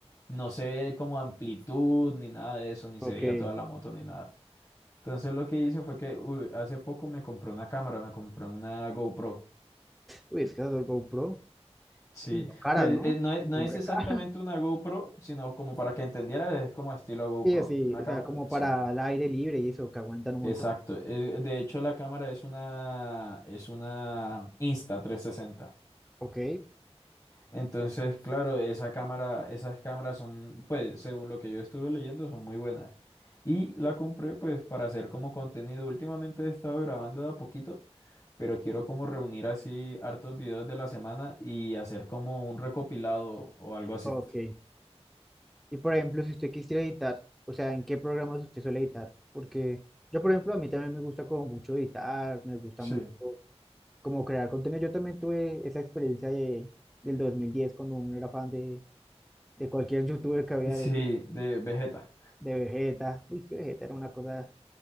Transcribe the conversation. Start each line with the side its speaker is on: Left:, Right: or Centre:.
Left: no se ve como amplitud ni nada de eso, ni
Centre: Ok.
Left: se veía toda la moto ni nada. Entonces lo que hice fue que uy, hace poco me compré una cámara, me compré una GoPro.
Centre: Uy, es que esas dos GoPro
Left: Sí,
Centre: y son caras,
Left: pues
Centre: ¿no?
Left: eh, no es, no
Centre: Son
Left: es
Centre: re
Left: exactamente
Centre: caras. <laughs>
Left: una GoPro, sino como para que entendiera, es como estilo GoPro,
Centre: Sí, sí,
Left: una
Centre: o
Left: cámara
Centre: sea, como
Left: de acción.
Centre: para el aire libre y eso, que aguantan un
Left: Exacto.
Centre: montón.
Left: eh, De hecho, la cámara es una, es una insta trescientos sesenta.
Centre: Ok,
Left: Entonces, claro, esa cámara, esas cámaras son, pues, según lo que yo estuve leyendo, son muy buenas. Y la compré, pues, para hacer como contenido. Últimamente he estado grabando de a poquito, pero quiero como reunir así hartos videos de la semana y hacer como un recopilado o algo así.
Centre: ok. Y por ejemplo, si usted quisiera editar, o sea, ¿en qué programas usted suele editar? Porque yo, por ejemplo, a mí también me gusta como mucho editar, me gusta
Left: Sí.
Centre: mucho como crear contenido. Yo también tuve esa experiencia de, del 2010 cuando uno era fan de, de cualquier youtuber que había
Left: Sí,
Centre: de,
Left: de Vegeta
Centre: de Vegeta. Uy, es que Vegeta era una cosa